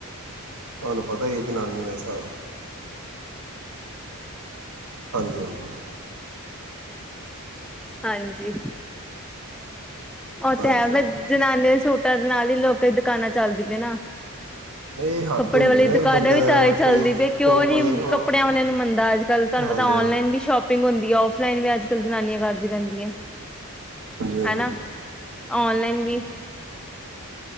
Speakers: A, on the right; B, in the centre.
A: ਤੁਹਾਨੁ ਪਤਾ ਹੀ ਇਹ ਜਨਾਨੀਆਂ ਦਾ ਹਿਸਾਬ। ਹਾਂਜੀ, ਹਾਂਜੀ।
B: ਹਾਂਜੀ। ਉਹ
A: ਹਾਂਜੀ
B: ਤੇ, ਹੈ, ਬ ਜਨਾਨੀਆਂ ਦੇ ਸੂਟਾ ਦੇ ਨਾਲ ਹੀ ਲੋਕ ਕਈ ਦੁਕਾਨਾਂ ਚੱਲਦੀ ਪਏ ਨਾ।
A: ਇਹ ਹੱਦ
B: ਕੱਪੜੇ
A: ਹੁੰਦੀ
B: ਵਾਲੀ
A: ਨਾ
B: ਦੁਕਾਨਾਂ
A: ਇੱਕ ਬੰਦੇ
B: ਵੀ,
A: ਦਾ
B: ਤਾ
A: ਹੁਣ
B: ਹੀ
A: ਕੋਈ
B: ਚੱਲਦੀ ਪਈ ਕਿਉਂ
A: ਉਹ ਕੋਈ
B: ਨੀ
A: ਹਾਂਜੀ
B: ਕੱਪੜਿਆਂ ਵਾਲਿਆਂ ਨੂੰ ਮੰਨਦਾ, ਅੱਜ ਕੱਲ ਤੁਹਾਨੂੰ
A: ਹਾਂਜੀ
B: ਪਤਾ ਆਨਲਾਈਨ ਵੀ ਸ਼ੋਪਿੰਗ ਹੁੰ ਆਫਲਾਈਨ ਵੀ ਅੱਜ ਕੱਲ ਜਨਾਨੀਆਂ ਕਰਦੀ- ਰਹਿੰਦੀਆਂ।
A: ਹਾਂਜੀ
B: ਹਨਾ ਔਨਲਾਈਨ ਵੀ-